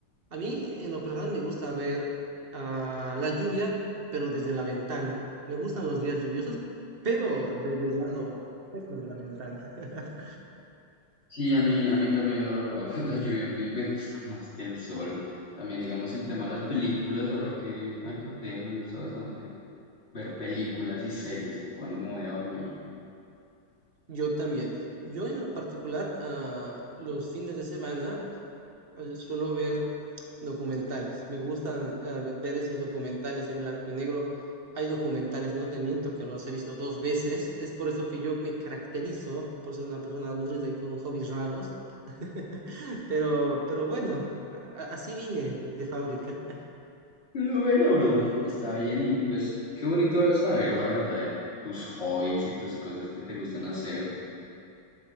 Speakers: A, on the right; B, on the left.
A: A mí en lo personal me gusta ver ah, la lluvia, pero desde la ventana. Me gustan los días lluviosos, pero desde el lado seco de la ventana. <laughs>
B: Sí, a mí, a mí también, la verdad, la, <laughs> la lluvia me, me gusta más que el sol. También, digamos, el tema de las películas, ahora que me acordé, me gusta bastante ver películas y series cuando me voy a dormir.
A: Yo también. Yo en lo particular, ah, los fines de semana eh, suelo ver documentales. Me gustan ah, ve- ver esos documentales en blanco y negro. Hay documentales, no te miento, que los he visto dos veces. Es por eso que yo me caracterizo por ser una persona aburrida y con hobbies raros. <laughs> Pero, pero bueno, a- a- así vine de fábrica.
B: Pero bueno, bro, está bien y pues qué bonito saber, la verdad, de tus hobbies y tus cosas que te gustan hacer.